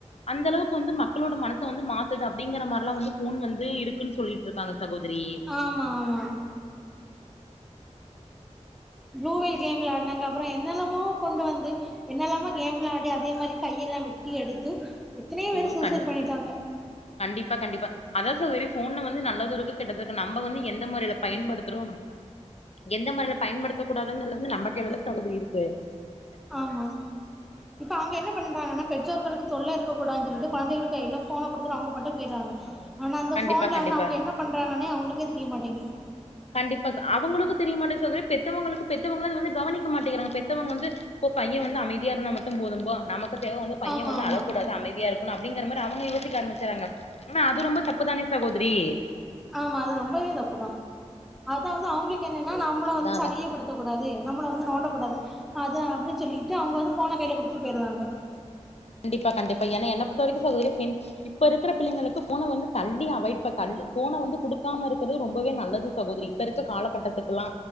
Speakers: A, on the left; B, in the centre.
A: அந்தளவுக்கு வந்து மக்களோட மனச வந்து மாத்துத்து அப்டிங்கற மாரிலா வந்து ஃபோன் வந்து குன்னு சொல்லிட்டு இருக்காங்க சகோதரி
B: ஆமா ஆமா ப்ளூவேல் கேம் வெள்ளாடுனாங்க அப்புறோ என்னென்னமோ கொண்டு வந்து என்னல்லாமோ கேம்லா ஆடி அதே மாரி கையெல்லா வெட்டி எடுத்து எத்தனையோ பேரு
A: ஐயோ
B: சூசைட்
A: கண்
B: பண்ணிட்டாங்க
A: கண்டிப்பா கண்டிப்பா அதா சார் வெரி ஃபோன்ல வந்து நல்லாதுருக்கு கெட்டது இருக்கு நம்ம வந்து எந்த முறைல பயன்படுத்துறோம் எந்த மாரில பயன்படுத்த கூடாதுங்கறது வந்து நம்ம கைலதா சகோதரி இருக்கு
B: ஆமா இப்ப அவுங்க என்ன பண்றாங்கனா பெற்றோர்களுக்கு தொல்ல இருக்க கூடாதுன் சொல்ட்டு கொழந்தைளுக்கு கைல ஃபோன் குடுத்துட்டு அவுங்க பாட்டுக்கு போயிடுவாங்க ஆனா அந்த
A: கண்டிப்பா
B: ஃபோன்ல
A: கண்டிப்பா
B: வந்து அவுங்க என்ன பண்றாங்கனே அவுங்களுக்கெ தெரிய மாட்டேங்குது
A: கண்டிப்பா அவங்களுக்கு தெரிய மாட்டது சகோதிரி பெத்தவங்களுக்கு பெத்தவங்கள அத வந்து கவனிக்க மாட்டேங்கிறாங்க பெத்தவங்க வந்து இப்ப பைய வந்து அமைதியா இருந்தா மட்டு போதும்ப நமக்கு தேவை வந்து பைய
B: ஆமா
A: வந்து
B: ஆமா
A: அழக்கூடாது அமைதியா இருக் போனு அப்டிங்கற மாரி அவங்க யோசிக்க ஆரம்பிச்சுறாங்க ஆனா அது ரொம்ப தப்புதானே சகோதரி
B: ஆமா அது ரொம்பவே தப்புதா அதாவது அவங்களுக்கு என்னன்னா நாம்மள வந்து
A: அதா
B: சலியப்படுத்
A: அதா
B: த்தகூடாது நம்மள வந்து நோண்டக்கூடாது அத அப்டின் சொல்ட்டு அவுங்க வந்து ஃபோன கைல குடுத்துட்டு போயிருதாங்க
A: கண்டிப்பா கண்டிப்பா ஏனா என்ன பொறுத்த வரைக்கு சகோதரி பெண் இப்ப இருக்கற பிள்ளைங்களுக்கு ஃபோன வந்து தள்ளி அவாய்ட் தள் ஃபோன வந்து குடுக்காம இருக்கறது ரொம்பவே நல்லது சகோதரி இப்ப இருக்கற காலகட்டத்துக்கெல்லா